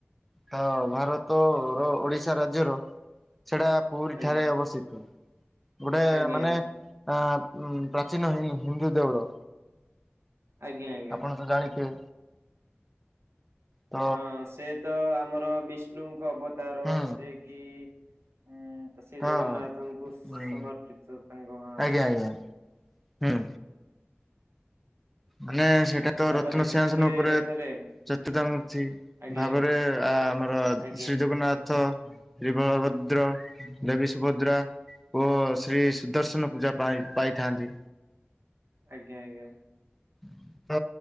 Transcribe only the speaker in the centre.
ହ ଭାରତ ଓ ଓଡିଶା ରାଜ୍ୟର ସେଟା ପୁରୀ
ଠାରେ ଅବସ୍ଥିତ। ଗୋଟେ
ମାନେ
ଆ ପ୍ରାଚୀନ ହିନ୍ଦୁ ଦେଉଳ।
ଆପଣ ତ ଜାଣିଥିବେ ତ
ହୁଁ
ହଁ
ହୁଁ
ଆଜ୍ଞା ଆଜ୍ଞା ହୁଁ। ମାନେ ସେଇଟା ତ
ରତ୍ନ
ସିଂହାସନ ଉପରେ
ଚତୁର୍ତ୍ତା ମୂର୍ତ୍ତି
ଭାବରେ
ଆ ଆମର
ଶ୍ରୀ ଜଗନ୍ନାଥ <unintelligible> <unintelligible> ଦେବୀ ସୁଭଦ୍ରା ଓ ଶ୍ରୀ ସୁଦର୍ଶନ ପୂଜା ପା ପାଇଥାନ୍ତି।
<unintelligible>